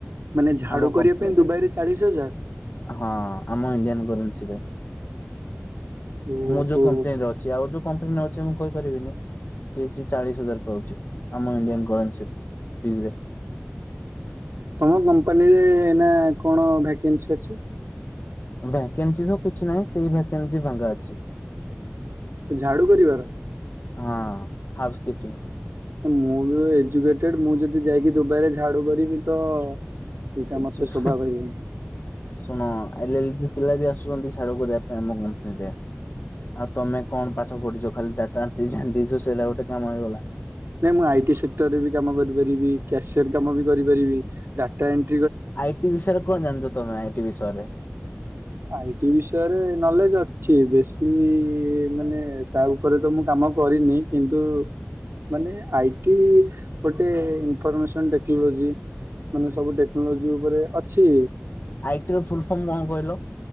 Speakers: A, on the right; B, on the left.
A: ମାନେ ଝାଡ଼ୁ
B: ଆମ
A: କରିବା
B: କମ୍ପାନୀରେ
A: ପାଇଁ ଦୁବାଇରେ ଚାଳିଶ ହଜାର।
B: ହଁ ଆମ ଇଣ୍ଡିଆନ କରେନ୍ସି ରେ
A: ଓହୋ।
B: ମୁଁ ଯୋଉ କମ୍ପାନୀରେ ଅଛି ଆଉ ଯୋଉ କମ୍ପାନୀରେ ଅ ମୁଁ କହିପାରିବିନି। ସେ ଚାଳିଶ ହଜାର ପାଉଛି ଆମ ଇଣ୍ଡିଆନ କରନ୍ସୀରେ ରୁପିଜିରେ।
A: ତମ କମ୍ପାନୀରେ ଏନା କଣ ଭାକେନ୍ସି ଅଛି।
B: ଭାକେନ୍ସି ତ କିଛି ନାହିଁ ସେଇ ଭାକେନ୍ସି ଫାଙ୍କା ଅଛି।
A: ଝାଡୁ କରିବାର।
B: ହଁ ହାଉସ୍ କିପିଂ।
A: ମୁଁ ବି ଏଜୁକେଟେଡ ମୁଁ ଯଦି ଯାଇକି ଦୁବାଇରେ ଝାଡୁ କରିବି ତ। ଏଇଟା
B: ଏ
A: ମତେ
B: ଯୋଉ
A: ଶୋଭା ପାଇବନି।
B: ଶୁଣ ଆଇ ଆଇଟି ପିଲା ବି ଆସୁଛନ୍ତି ଛାଡୁ କରିବା ଆମ କମ୍ପାନୀରେ ଆଉ ତମେ କଣ ପାଠ ପଢିଛ ଖାଲି ଟାଟା ଏଣ୍ଟ୍ରି ଜାଣିଦେଇଛ ସେଇଟା ଗୋଟେ କାମ ହେଇଗଲା।
A: ନାଇଁ ମୁଁ ଆଇଟି ସେକ୍ଟରରେ ବି କାମ କରିପାରିବି କ୍ୟାସିୟର କାମ ବି କରିପାରିବି ଡାଟା ଏଣ୍ଟ
B: ଆଇ ଟି ବିଷୟରେ କଣ ଜାଣିଛ ତମେ ଆଇଟି ବିଷୟରେ?
A: ଆଇଟି ବିଷୟରେ ନଲେଜ ଅଛି ବେଶୀ ମାନେ ତା ଉପରେ ତ ମୁଁ କାମ ମ କରିନି କିନ୍ତୁ ମାନେ ଆଇଟି ଗୋଟେ ଇନଫର୍ମେସନ ଟେକ୍ନୋଲୋଜି ମାନେ ସବୁ ଟେକ୍ନୋଲୋଜି ଉପରେ ଅଛି
B: ଆଇ ଟି ର ଫୁଲ ଫର୍ମ କଣ କହିଲ?